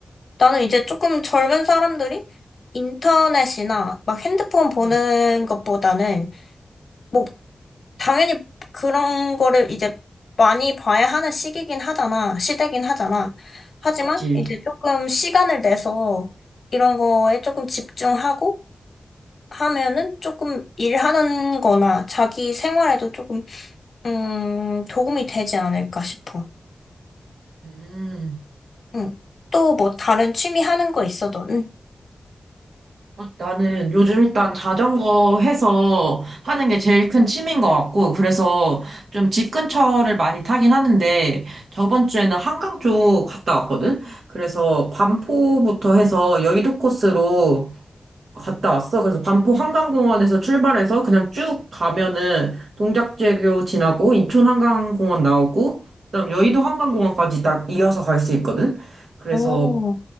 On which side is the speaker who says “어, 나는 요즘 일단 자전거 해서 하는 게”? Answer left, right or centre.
Right